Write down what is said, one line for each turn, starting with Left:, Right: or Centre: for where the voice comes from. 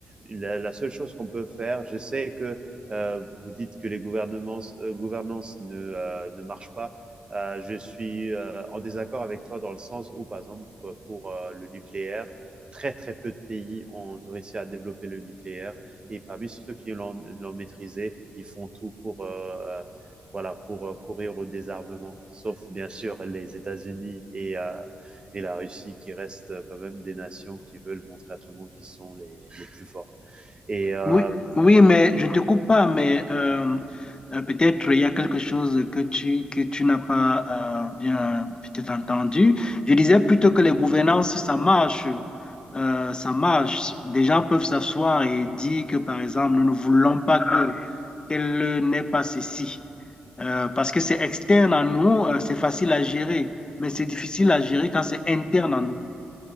Right: La la seule chose qu'on peut faire je sais que, heu, vous dites que les gouvernements heu, gouvernances ne, heu, ne marchent pas. Heu, je suis, heu, en désaccord avec toi dans le sens où, par exemple, heu, pour, heu, le nucléaire, très très peu de pays ont réussi à développer le nucléaire et parmi ceux qui l'ont, l'ont maîtrisé, ils font tout pour euh, voilà pour euh, courir au désarmement, sauf bien sûr les États-Unis et euh, et la Russie qui restent quand même des nations qui veulent montrer à tout le monde qu'ils sont les, les plus forts. Et euh,
Left: Oui, oui, mais je te coupe pas, mais euh, euh, peut-être il y a quelque chose que tu, que tu n'as pas euh, bien peut-être entendu. Je disais plutôt que les gouvernances, ça marche. Euh, ça marche. Des gens peuvent s'asseoir et dire que, par exemple, nous ne voulons pas que qu'elle n'ait pas ceci. Euh, parce que c'est externe à nous, euh, c'est facile à gérer, mais c'est difficile à gérer quand c'est interne à nous.